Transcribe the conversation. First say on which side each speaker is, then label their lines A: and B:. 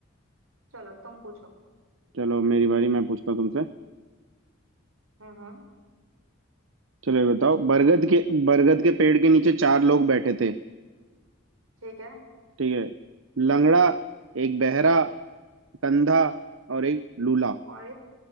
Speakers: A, on the right; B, on the right.
A: चलो तुम पूछो
B: चलो अब मेरी बारी मैं पूछता हूँ तुमसे
A: हम्म हम्म
B: चलो ये बताओ
A: पूछो पूछो
B: बरगद के बरगद के पेड़ के नीचे चार लोग बैठे थे
A: ठीक है
B: ठीक है लंगड़ा एक बहरा कंधा और एक लूला
A: और एक